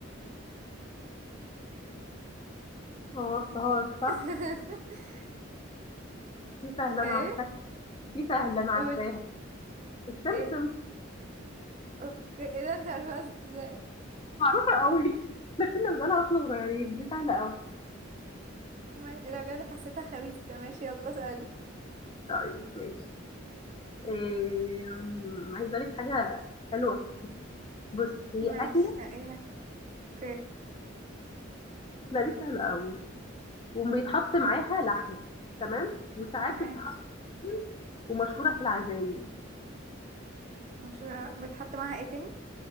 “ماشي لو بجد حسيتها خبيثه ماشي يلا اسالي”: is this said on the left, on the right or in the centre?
Right